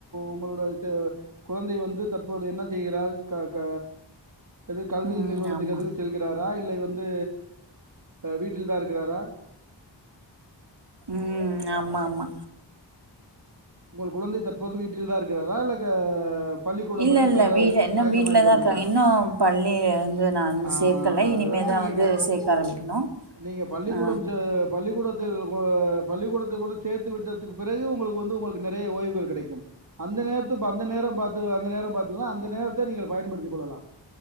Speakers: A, on the right (about 50°); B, on the right (about 65°).
A: உங்களோட குழந்தை வந்து தற்போது என்ன செய்கிறார் க க இது கல்வி
B: ம்
A: நிறுவனத்துக்கு
B: ஆமா
A: எது செல்கிறாரா இல்லை வந்து வீட்டில்தா இருக்கிறாரா
B: ம் ஆமா ஆமா
A: உங்கள் குழந்தை தற்போது வீட்டில்தா இருக்கிறாரா இல்ல க பள்ளிக்கூடம்
B: இல்ல
A: எது
B: இல்ல
A: செல்ல
B: வீடு இன்னு
A: ஆயத்தமாகி
B: வீட்லதா
A: கொண்டிருக்காரா
B: இருக்காங்க இன்னு பள்ளி வந்து நா
A: ஆ
B: சேக்கல
A: அது
B: இனிமேதா
A: வரைக்கு நீங்க
B: வந்
A: க
B: து சேக்க ஆரம்பிக்கணு
A: நீங்க பள்ளிக்கூடம்
B: ஆ
A: சே பள்ளிக்கூடத்தில் ஒரு பள்ளிக்கூடத்து கூட சேத்து விட்துக்கு பிறகு உங்களுக்கு வந்து உங்கள் நெறய ஓய்வுகள் கெடைக்கு அந்த நேர்த்து அந்த நேரோ பாத்து அந்த நேரோ பாத்துதா அந்த நேரத்த நீங்கள் பயன்படுத்தி கூடலாம்